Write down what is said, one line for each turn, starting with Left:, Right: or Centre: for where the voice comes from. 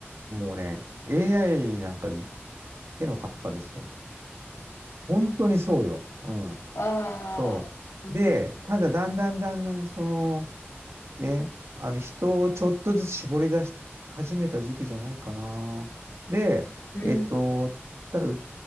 Right: う。もうね、AI なんか手のかっぱですよ。本当にそうよ。うん。
Left: ああー、
Right: そう。
Left: うん
Right: で、
Left: <laughs>、
Right: ただだんだんだんだん、
Left: うん、
Right: その、ね、あの人をちょっとずつ絞り出し始めた時期じゃないかな。で、
Left: うんはいうんうんはいうわあえー。うああーうんうんうん
Right: えっと、ただう、